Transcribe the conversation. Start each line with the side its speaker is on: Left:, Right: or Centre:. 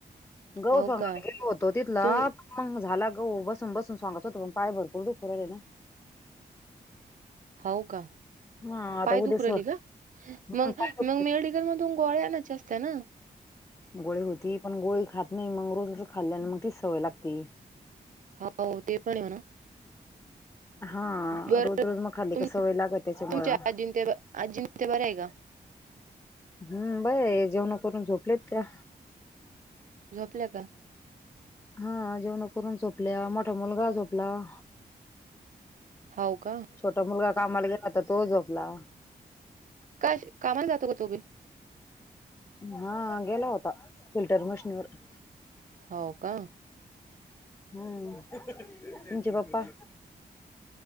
Left: गहूं
Right: हो
Left: सोगायंला
Right: का
Left: गेलो होतो तिथंला.
Right: तुम
Left: मंग झालां गहुं बसूंन बसूंन सांगाचं होतं पणं पांय भरंपूर दुखू राहिय नां,
Right: हो कां
Left: हा आता
Right: पाय
Left: उद्या
Right: दुंखु
Left: स
Right: राहिले कां
Left: हम्म,
Right: मंग
Left: पाय
Right: मगं
Left: दुखतात
Right: मेडी, मेडिकल मधूंन गोळ्यां आणांयचे असते नां,
Left: गोळी होती पणं गोळी खातं नाहीं मंग रोज असं खाल्ल्या आणि मगं तीचं सवंय लागते.
Right: हो ते पणं आहे म्हंणां,
Left: हा
Right: बरं
Left: रोज रोज मग खाल्ली का
Right: तुमच्यान
Left: सवय लागत त्याच्यामुळं
Right: आजीं ते आंजीं ते बरं आहे कां?
Left: हम्मं बरं हे जेवणं करूंन झोपलेत त्यां.
Right: झोपल्यां कां?
Left: हां जेवणं करूंन झोपल्यां मोठां मुलंगा झोपलां.
Right: हो का
Left: छोटा मुलंगा कामांला गेलां तरं तो झोपलां.
Right: कायं कामांला जातो कां तोबी?
Left: हां गेलां होतां फिल्टंर मशीनवरं.
Right: हो का
Left: हां हम्मं तुमचे पप्पां,